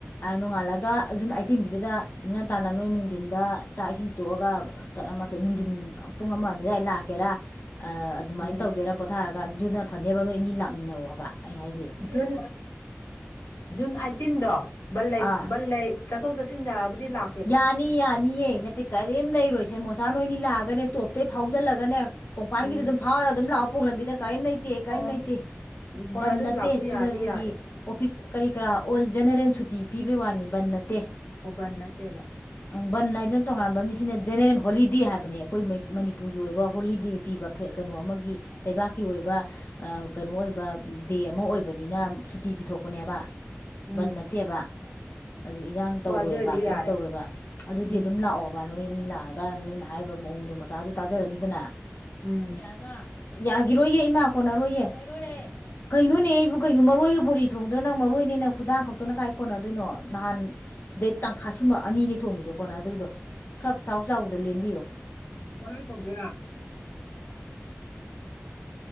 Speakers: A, on the left (about 50°); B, on the left (about 80°).
A: ꯅꯣꯡꯉꯥꯜꯂꯒ ꯖꯨꯟ ꯑꯥꯏꯇꯤꯟꯒꯤꯗꯨꯗ ꯑꯗꯨ ꯅꯦ ꯇꯥꯟꯅ ꯅꯣꯏ ꯅꯨꯡꯊꯤꯟꯗ ꯆꯥꯛ ꯏꯁꯤꯡ ꯇꯣꯛꯑꯒ ꯇꯔꯥ ꯃꯥꯥꯊꯣꯏ ꯅꯨꯡꯗꯤꯟ ꯄꯨꯡ ꯑꯃ ꯑꯅꯤꯗꯥꯏ ꯂꯥꯛꯀꯦꯔꯥ ꯑꯗꯨꯃꯥꯏꯅ
B: ꯎꯝ
A: ꯇꯧꯒꯦꯔꯥ ꯄꯣꯊꯥꯔꯒ ꯑꯗꯨꯅ ꯐꯅꯦꯕ ꯅꯣꯏ ꯑꯅꯤ ꯂꯥꯛꯃꯤꯟꯅꯧ ꯍꯥꯏꯕ ꯑꯩ ꯍꯥꯏꯁꯦ
B: ꯖꯨꯟ ꯖꯨꯟ ꯑꯥꯏꯠꯇꯤꯟꯗꯣ ꯕꯟ ꯂꯩ
A: ꯑꯥ
B: ꯕꯟ ꯂꯩ ꯆꯠꯊꯣꯛ ꯆꯠꯁꯤꯟ ꯌꯥꯔꯕꯨꯗꯤ ꯂꯥꯛ꯫
A: ꯌꯥꯅꯤ ꯌꯥꯅꯤꯌꯦ ꯅꯠꯇꯦ ꯀꯔꯤꯝ ꯂꯩꯔꯣꯏꯁꯦ ꯃꯣꯆꯥ ꯅꯣꯏꯅꯤ ꯂꯥꯛꯑꯒꯅꯦ ꯇꯣꯞꯇ ꯐꯥꯎꯖꯤꯜꯂꯒꯅꯦ ꯀꯣꯡꯄꯥꯟꯒꯤꯗꯤ
B: ꯎꯝ
A: ꯑꯗꯨꯝ ꯐꯥꯎꯔꯒ ꯑꯗꯨꯝ ꯂꯥꯛꯑꯣꯄꯣ ꯂꯝꯕꯤꯗ ꯀꯔꯤꯝ ꯂꯩ ꯅꯠꯇꯦ ꯀꯔꯤꯝ
B: ꯑꯣ
A: ꯂꯩꯇꯦ
B: ꯍꯣꯏ
A: ꯕꯟ
B: ꯑꯗꯨ
A: ꯅꯠꯇꯦ
B: ꯂꯥꯛꯄ ꯌꯥꯗꯤ
A: ꯆꯨꯝꯅꯗꯒꯤ
B: ꯌꯥꯔꯦ
A: ꯑꯣꯐꯤꯁ ꯀꯔꯤ ꯀꯔꯥ ꯑꯣꯜ ꯖꯦꯅꯔꯦꯜ ꯁꯨꯇꯤ ꯄꯤꯕꯩ ꯋꯥꯅꯤ ꯕꯟ ꯅꯠꯇꯦ
B: ꯑꯣ ꯕꯟ ꯅꯠꯇꯦꯕ
A: ꯕꯟ ꯍꯥꯏꯅꯥꯗꯨꯅ ꯇꯣꯉꯥꯟꯕꯅꯤꯁꯤꯅ ꯖꯦꯅꯦꯔꯦꯜ ꯍꯣꯂꯤꯗꯦ ꯍꯥꯏꯕꯅꯤ ꯑꯩꯈꯣꯏ ꯃꯩ ꯃꯅꯤꯄꯨꯔꯒꯤ ꯑꯣꯏꯕ ꯍꯣꯂꯤꯗꯦ ꯄꯤꯕ ꯀꯩꯅꯣ ꯑꯃꯒꯤ ꯂꯩꯕꯥꯛꯀꯤ ꯑꯣꯏꯕ ꯀꯩꯅꯣ ꯑꯣꯏꯕ ꯗꯦ ꯑꯃ ꯑꯣꯏꯕꯅꯤꯅ ꯁꯨꯇꯤ ꯄꯤꯊꯣꯛꯄꯅꯦꯕ
B: ꯎꯝ
A: ꯕꯟ ꯅꯠꯇꯦꯕ ꯍꯥꯏꯗꯤ ꯏꯔꯥꯡ ꯇꯧꯔꯦꯕ
B: ꯍꯣꯏ ꯑꯗꯨ ꯑꯣꯏꯗꯤ
A: ꯀꯩ
B: ꯌꯥꯔꯦ
A: ꯇꯧꯔꯣꯢꯕ ꯑꯗꯨꯗꯤ
B: ꯎꯝ
A: ꯑꯗꯨꯝ ꯂꯥꯛꯑꯣꯕ ꯅꯣꯏ ꯑꯅꯤ ꯂꯥꯛꯑꯒ ꯅꯣꯏꯅ ꯍꯥꯏꯔꯤꯕ ꯃꯑꯣꯡꯗꯣ ꯃꯣꯆꯥꯁꯨ ꯇꯥꯖꯔꯅꯤꯗꯅ
B: ꯎꯝ
A: ꯌꯥꯗ꯭ꯔꯥ ꯌꯥꯈꯤꯔꯣꯏꯌꯦ ꯏꯃꯥ ꯀꯣꯟꯅꯔꯣꯏꯌꯦ ꯀꯩꯅꯣꯅꯦ ꯀꯩꯅꯣꯅꯦ ꯑꯩꯕꯨ ꯀꯩꯅꯣ ꯃꯔꯣꯏꯒ ꯕꯣꯔꯤ ꯊꯣꯡꯗꯣꯏꯣ ꯅꯪ ꯃꯔꯣꯏꯅꯦ ꯅꯪ ꯈꯨꯗꯥꯡ ꯈꯛꯇꯅ ꯀꯥꯏ ꯀꯣꯟꯅꯗꯣꯏꯅꯣ ꯅꯍꯥꯟ ꯁꯤꯗꯩ ꯇꯪꯈꯥꯏ ꯁꯨꯝꯕ ꯑꯅꯤ ꯊꯣꯡꯉꯤꯗꯣ ꯀꯣꯅꯗꯔꯤꯗꯣ ꯈꯞ ꯆꯥꯎ ꯆꯥꯎꯕꯗ ꯂꯦꯟꯕꯤꯌꯣ
B: ꯃꯔꯣꯏ ꯊꯣꯡꯗꯣꯏꯔꯥ